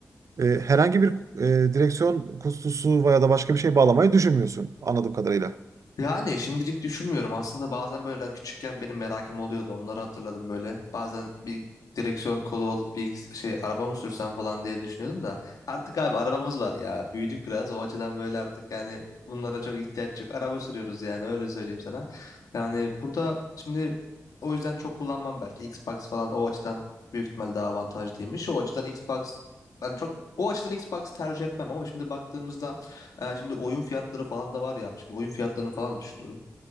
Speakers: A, on the right (about 65°); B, on the left (about 90°).
A: e, herhangi bir e, direksiyon kutusu veya da başka bir şey bağlamayı düşünmüyorsun anladığım kadarıyla.
B: Yani şimdilik düşünmüyorum. Aslında bazen böyle küçükken benim merakım oluyordu. Onları hatırladım böyle. Bazen bir direksiyon kolu olup bir şey araba mı sürsem falan diye düşünüyordum da. Artık abi arabamız var ya. Büyüdük biraz. O açıdan böyle artık yani bunlara çok ihtiyaç yok. Araba sürüyoruz yani öyle söyleyeyim sana. Yani burada şimdi o yüzden çok kullanmam belki. Xbox falan o açıdan büyük ihtimal daha avantajlıymış. O açıdan Xbox ben çok o açıdan Xbox tercih etmem ama şimdi baktığımızda ee, şimdi oyun fiyatları falan da var ya. Şimdi oyun fiyatlarını falan da düşünüyorum.